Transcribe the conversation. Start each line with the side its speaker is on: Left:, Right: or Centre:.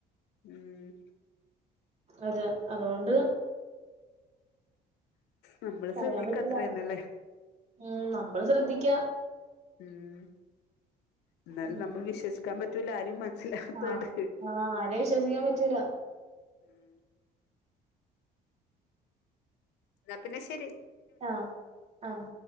Left: ഉമ്
Right: അതെ അതോണ്ട്.
Left: നമ്മള്
Right: പറയാൻ
Left: ശ്രദ്ധിക്ക
Right: പറ്റില്ല
Left: അത്രയന്ന ല്ലേ.
Right: ഉം നമ്മള് ശ്രദ്ധിക്ക
Left: ഉം എന്നാലും
Right: ഉം
Left: നമ്മൾ വിശ്വസിക്കാൻ പറ്റല ആരും മനസ്സിലവതോണ്ട്..
Right: ആഹ് ആഹ് ആരെയും വിശ്വസിക്കാൻ പറ്റൂല.
Left: ഉമ് ന്നാ പിന്നെ ശെരി..
Right: ആഹ് ആഹ്